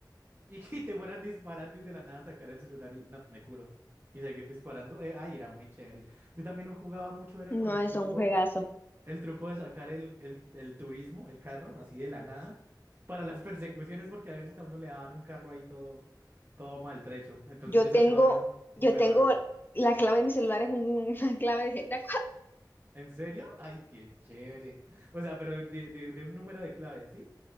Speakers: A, on the right (about 30°); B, on the left (about 25°).
A: Y que te fueran disparando y de la nada sacar el celular y no, me curo. Y seguir disparando. eh, ay, era muy chévere. Yo también jugaba mucho, era
B: No,
A: con el
B: es
A: truco,
B: un juegazo.
A: el truco de sacar el, el, el turismo, el carro, así de la nada, para las persecuciones, porque a veces a uno le daban un carro ahí todo, todo maltrecho. Entonces
B: Yo
A: yo sacaba
B: tengo,
A: era
B: yo
A: un Ferrari.
B: tengo la clave de mi celular es un- una <laughs> clave de GTA.
A: ¿En serio? Ay, qué chévere. O sea, pero de, de, de un número de clave, ¿sí?